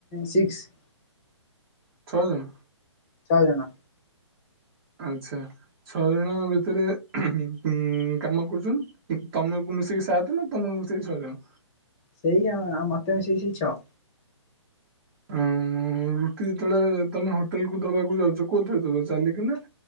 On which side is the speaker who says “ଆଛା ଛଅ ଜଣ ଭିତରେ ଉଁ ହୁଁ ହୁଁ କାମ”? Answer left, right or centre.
Right